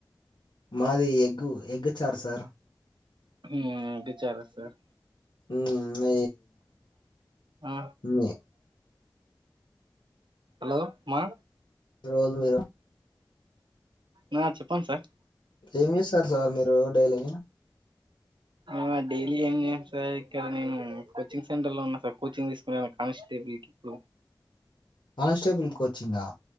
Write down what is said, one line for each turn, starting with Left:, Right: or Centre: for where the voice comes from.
Left: మాది ఎగ్గు ఎగ్గుచారు సార్
Right: హ్మ్ ఎగ్గుచార సార్
Left: హ్మ్ మీ
Right: ఆ
Left: మీ
Right: హలో మా
Left: రోజు మీరు
Right: నా చెప్పండి సార్.
Left: ఏం చేస్తారు సార్ మీరు డైలీ.
Right: మ్ డైలీ ఏం చేయమ్ సార్ ఇక్కడ నేను కోచింగ్ సెంటర్లో ఉన్నా సార్ కోచింగ్ తీసుకుంటున్న కానిస్టేబుల్ ట్రిప్లో
Left: కానిస్టేబుల్ కోచింగా